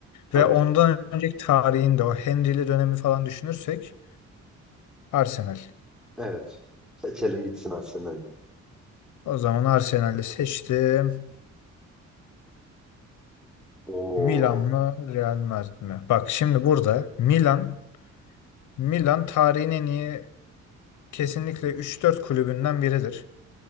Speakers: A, in the centre; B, on the left.
A: Tabii
B: Ve ondan
A: ki.
B: önceki tarihinde o Henry'li dönemi falan düşünürsek Arsenal.
A: Evet. Seçelim gitsin Arsenal.
B: O zaman Arsenal'i seçtim.
A: Oo.
B: Milan mı Real Madrid mi? Bak şimdi burada Milan Milan tarihin en iyi kesinlikle üç dört kulübünden biridir.